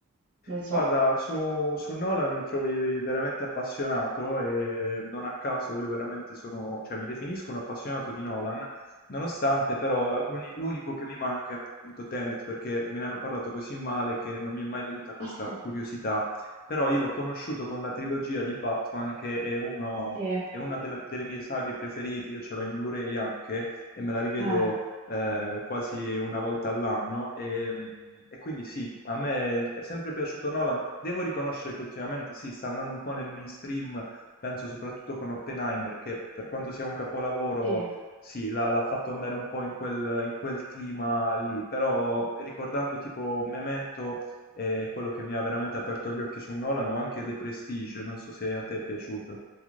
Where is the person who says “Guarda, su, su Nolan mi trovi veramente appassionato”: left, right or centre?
Left